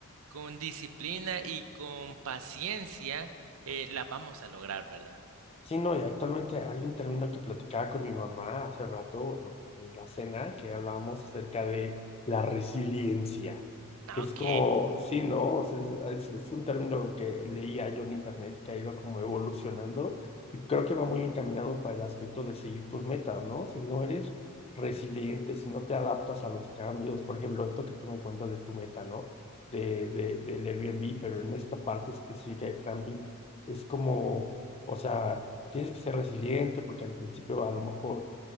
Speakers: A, on the right; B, on the left.
A: con disciplina y con paciencia, eh, las vamos a lograr, ¿verdad?
B: Sí, no, y actualmente hay un término que platicaba con mi mamá hace rato, ¿no? en la cena, que hablábamos acerca de la resiliencia,
A: Ah,
B: que es
A: ok.
B: como, sí, ¿no? O sea, es, es- es un término que leía yo en internet que ha ido como evolucionando y creo que va muy encaminado para el aspecto de seguir tus metas, ¿no? Si no eres resiliente, si no te adaptas a los cambios, por ejemplo, esto que tú me cuentas de tu meta, ¿no? De, de, del Airbnb, pero en esta parte específica de camping, es como... O sea, tienes que ser resiliente porque al principio a lo mejor